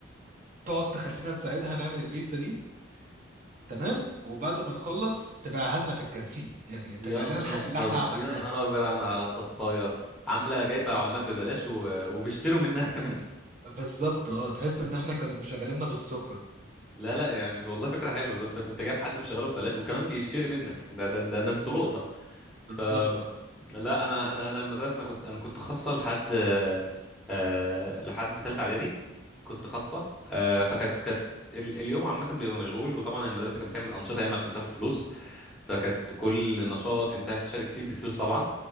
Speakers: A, on the right (about 40°); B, in the centre.
A: تقعد تخلينا نساعدها نعمل البيتزا دي تمام وبعد ما نخلص تبيعها لنا في الكانتين <laughs> يعني
B: يا
A: تبيع
B: نهار
A: لنا الحاجه
B: أسود
A: اللي احنا عملناها
B: يا نهار أبيض عن- على الصفقاية عاملة جايبة عمال ببلاش و... وبيشتروا منها كمان <laughs>
A: بالظبط اه تحس ان احنا كانوا مشغليننا بالسخره
B: لا لا يعني والله فكرة حلوة لو انت انت جايب حد مشغله ببلاش وكمان بيشتري منك ده ده ده, ده انتوا لقطة
A: بالظبط
B: أم،
A: اه
B: لا انا انا انا المدرسة انا كنت انا كنت خاصة لحد آه لحد تالتة اعدادي كنت خاصة آه فكانت كانت ال- اليوم عامة بيبقى مشغول وطبعا المدرسة كانت بتعمل أنشطة ياما عشان تاخد فلوس فكانت كل نشاط أنت عايز تشارك فيه بفلوس طبعا